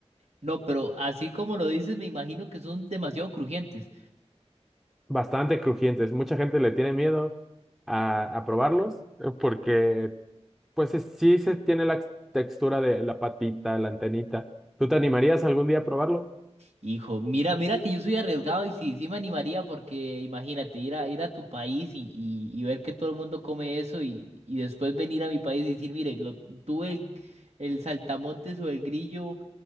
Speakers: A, on the right; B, in the centre.
A: No, pero así como lo dices, me imagino que son demasiado crujientes.
B: Bastante crujientes. Mucha gente le tiene miedo a, a probarlos eh, porque pues es- sí se tiene la textura de la patita, la antenita. ¿Tú te animarías algún día a probarlo?
A: Hijo, mira, mira que yo soy arriesgado y sí, sí me animaría porque imagínate ir a ir a tu país y, y, y ver que todo el mundo come eso y, y después venir a mi país y decir, mire, lo, tuve el, el saltamontes o el grillo